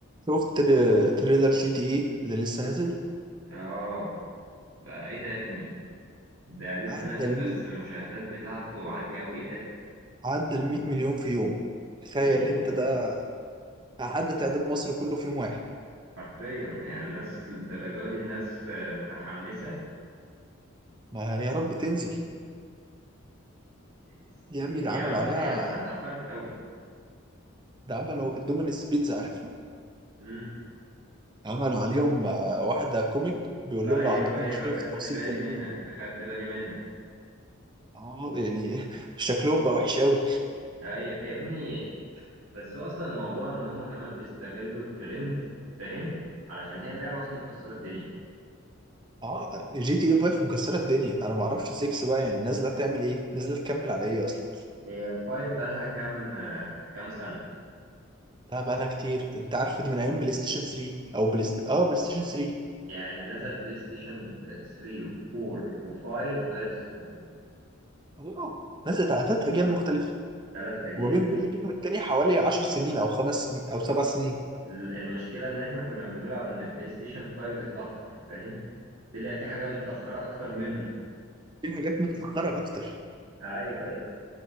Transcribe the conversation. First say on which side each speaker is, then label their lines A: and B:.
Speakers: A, on the right; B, on the right.
A: شفت تر- تريلر جي تي ايه اللي لسه نازل
B: اه بقى ايه ده يا ابني ده لسه
A: عدى
B: نازل
A: ال
B: بس المشاهدات بتاعته عالية قوي ايه ده
A: عدى ال 100 مليون في يوم تخيل
B: ليه كده
A: انت
B: يا جدعان
A: ده عدى تعداد مصر كله في يوم واحد
B: حرفيا يعني الناس للدرجة دي الناس آه، متحمسة
A: ما يا رب تنزل
B: إس-
A: يا
B: هي
A: ابني ده
B: يا
A: عملوا
B: رب
A: عليها
B: هي اصلا اتأخرت قوي
A: ده عملوا الدومينس بيتزا عارفها
B: امم
A: عملوا عليهم آه، واحدة كوميك بيقول
B: ايوه
A: لهم لو عندكم
B: ايوه
A: مشكلة
B: اخدت
A: في التوصيل
B: بالي
A: كلمونا
B: منها اخدت بالي منها
A: اه يعني <laughs> شكلهم بقى وحش قوي
B: ايوه يا ابني بس هو اصلا الموضوع ان هم كمان بيستغلوا الترند فاهم علشان هي اللعبة اصلا مكسرة الدنيا
A: اه جي تي اي 5 مكسرة الدنيا انا ما اعرفش 6 بقى يعني نازلة تعمل ايه نازلة تكمل على ايه اصلا
B: هي الفايف بقالها كام آه، كام سنة
A: لا بقالها كتير انت عارف دي من ايام بلاي ستيشن 3 او بلاي ست... اه بلاي ستيشن 3
B: يعني نزل بلاي ستيشن 3 و4 و5 وهي لسه موجودة
A: اه نزلت على ثلاث اجيال مختلفه
B: الثلاث أجيال
A: وبين كل جيل والتاني حوالي 10 سنين او خمس سنين او سبع سنين
B: ال- المشكلة إن إحنا كنا بنقول على إن بلاي ستيشن 5 اتأخر فاهم؟ طلع في حاجة متأخرة أكتر منه
A: في حاجات متاخره اكتر
B: أيوه أيوه